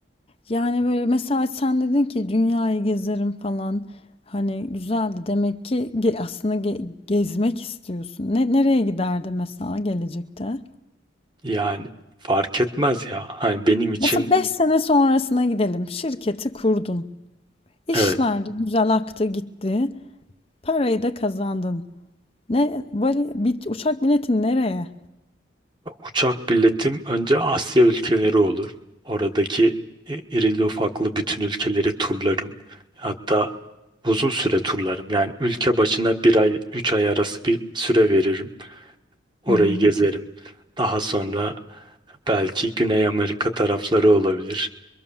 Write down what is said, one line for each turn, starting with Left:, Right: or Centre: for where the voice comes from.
Left: Yani böyle mesela sen dedin ki dünyayı gezerim falan. Hani güzeldi demek ki ge- aslında ge- gezmek istiyorsun. Ne nereye giderdi mesela gelecekte?
Right: Yani fark etmez ya. Hani benim için
Left: Mesela 5 sene sonrasına gidelim. Şirketi kurdun. İşler
Right: evet
Left: de güzel aktı gitti. Parayı da kazandın. Ne vali, bir uçak biletin nereye?
Right: uçak biletim önce Asya ülkeleri olur. Oradaki e, irili ufaklı bütün ülkeleri turlarım. Hatta uzun süre turlarım. Yani ülke başına bir ay, üç ay arası bir süre veririm. Orayı
Left: Hı hı.
Right: gezerim. Daha sonra Belki Güney Amerika tarafları olabilir.